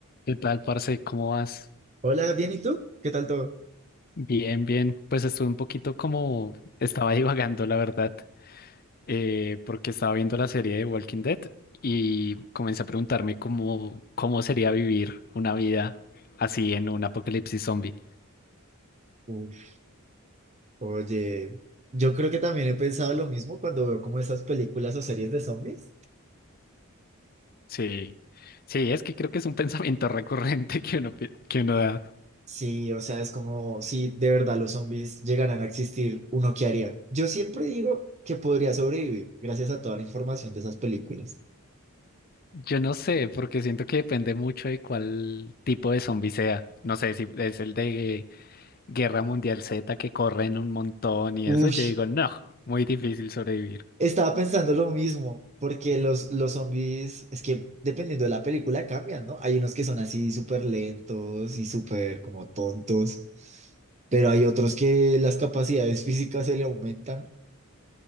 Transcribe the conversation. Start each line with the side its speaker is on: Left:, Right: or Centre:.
Left: ¿Qué tal, parce? ¿Cómo vas?
Right: Hola, bien, ¿y tú? ¿Qué tal todo?
Left: Bien, bien. Pues estuve un poquito como estaba <laughs> divagando, la verdad, eh, porque estaba viendo la serie de Walking Dead y comencé a preguntarme cómo, cómo sería vivir una vida así en un apocalipsis zombie.
Right: Uf, Oye, yo creo que también he pensado lo mismo cuando veo como esas películas o series de zombies.
Left: Sí, sí, es que creo que es un <laughs> pensamiento recurrente que uno, pi- que uno da.
Right: Sí, o sea, es como si de verdad los zombies llegaran a existir, uno qué haría. Yo siempre digo que podría sobrevivir gracias a toda la información de esas películas.
Left: Yo no sé, porque siento que depende mucho de cuál tipo de zombie sea. No sé si es el de Guerra Mundial Z que corren un montón y
Right: Uy,
Left: eso, yo digo, no, muy difícil sobrevivir.
Right: Estaba pensando lo mismo, porque los, los zombies, es que dependiendo de la película cambian, ¿no? Hay unos que son así súper lentos y súper como tontos, pero hay otros que las capacidades físicas se le aumentan.